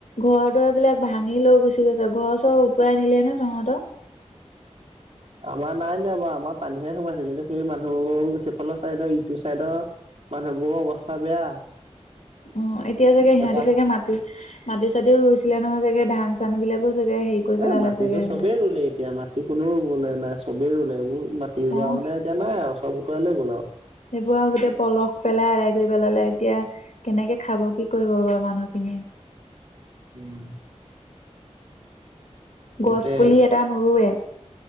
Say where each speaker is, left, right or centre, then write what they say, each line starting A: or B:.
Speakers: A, on the left; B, on the right.
A: ঘৰ-দুৱাৰ বিলাক ভাঙি লৈ গুচি গৈছে। ঘৰ-চৰ উটুৱাই নিলে নে তহঁতৰ?
B: আমাৰ নাই নিয়া বাৰু, আমাৰ পানীহে সোমাইছে। কিন্তু সেই মানুহ সেইফালৰ চাইদৰ ইটো চাইদৰ মানুহবোৰ অৱস্থা বেয়া।
A: উম এতিয়া চাগে সিহঁতি
B: এটা
A: চাগে মাত মাটি-চাতিও ৰুইছিলে নহয় চাগে, ধান-চান বিলাকো চাগে হেৰি কৰি পেলালে
B: এ মাটিটো
A: চাগে সেইবিলাক।
B: চবেই ৰুলে এতিয়া, মাটি কোনো মানে নাই চবেই ৰুলে এইবোৰ ম ৰুৱা
A: চাওঁ
B: মানে এতিয়া নাই আৰু চব উটুৱাই লৈ গ'ল আৰু।
A: সেইবোৰ আৰু গোটেই পলস পেলাই এৰাই কৰি পেলালে এতিয়া কেনেকে খাব? কি কৰিব বাৰু মানুহ খিনিয়ে?
B: উম
A: গছ
B: গোটে
A: পুলি এটা টা নুৰুৱে,